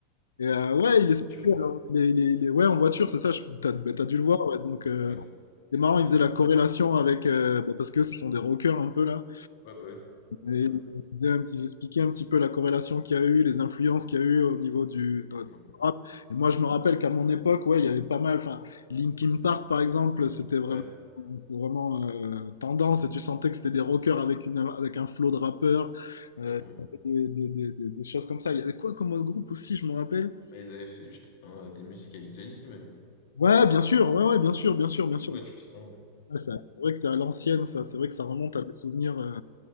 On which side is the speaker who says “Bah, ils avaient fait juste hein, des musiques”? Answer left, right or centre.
Left